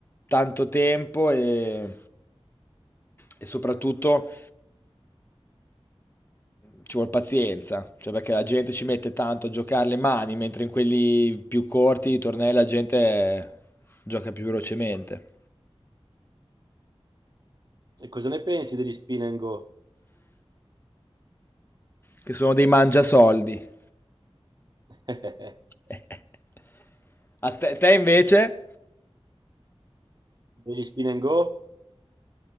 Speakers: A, on the left (about 20°); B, on the right (about 45°).
A: tanto tempo e, e soprattutto ci vuole pazienza, cioè perché la gente ci mette tanto a giocare le mani, mentre in quelli più corti i tornei la gente gioca più velocemente,
B: E cosa ne pensi degli spin and go?
A: che sono dei mangiasoldi.
B: <laughs>
A: <laughs> A te, te invece?
B: Degli spin and go?